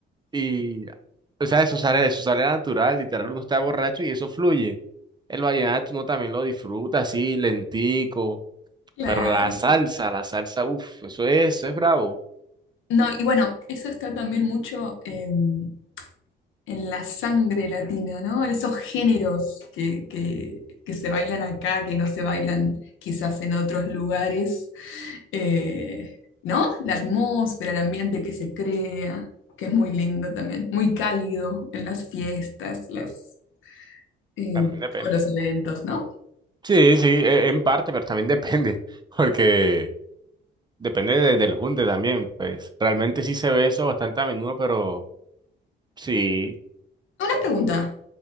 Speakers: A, on the right; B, on the left.
A: Y, o sea, eso sale, eso sale natural, literal, uno está borracho y eso fluye. El vallenato uno también lo disfruta así, lentico.
B: claro.
A: Pero la salsa, la salsa, uff, eso es, eso es bravo.
B: No, y bueno, eso está también mucho em, en la sangre latina, ¿no? En Esos géneros que, que- que se bailan acá, que no se bailan quizás en otros lugares, Eh, ¿no? La atmósfera, el ambiente que se crea, que es muy lindo también, muy cálido en las fiestas, las, eh,
A: También depende.
B: o los eventos, ¿no?
A: Sí, sí, e- en parte, pero también <laughs> depende, porque depende de- del junte también, pues realmente sí se ve eso bastante a menudo, pero sí,
B: Una pregunta.